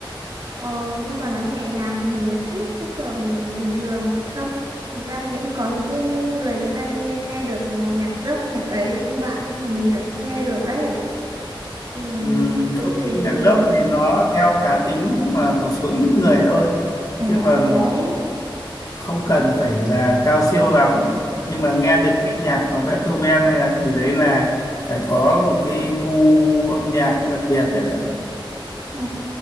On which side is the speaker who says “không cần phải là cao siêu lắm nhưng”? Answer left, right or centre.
Left